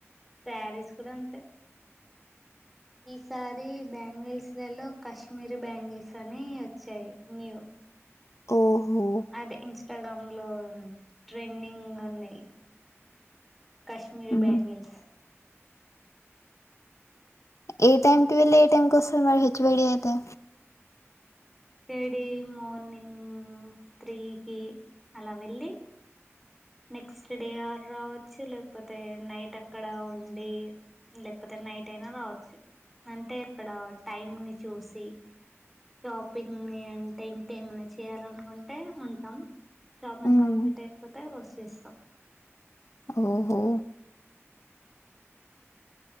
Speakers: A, in the centre; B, on the left.
A: శ్యారీస్ కూడ అంతే ఈసారి బ్యాంగిల్స్ లల్లో కాశ్మీర్ బ్యాంగిల్స్ అని వచ్చాయి న్యూ
B: ఓహో
A: అదిే ఇన్స్టాగ్రామ్ లో ట్రెండింగ్ ఉన్నాయి కశ్మీరి
B: ఉమ్.
A: బ్యాంగిల్స్
B: ఏ టైమ్ కి వెళ్ళి ఏ టైమ్ కోస్తున్నారు హెచ్ ఒడి అయితే
A: ఏడి మర్నింగ్ త్రీకి అలా వెళ్ళి నెక్స్ట్ డే ఆ రావచ్చు లేకపోతే నైట్ అక్కడ ఉండి లేకపోతే నైట్ అయినా రావచ్చు అంటే ఇక్కడ టైమ్ ని చూసి షాపింగ్ ని అంటే ఇంకేమైనా చేయాల అనుకుంటే ఉంటాం షాపింగ్
B: ఉమ్.
A: కంప్లీట్ అయిపోతే వచ్చేస్తాం
B: ఓహో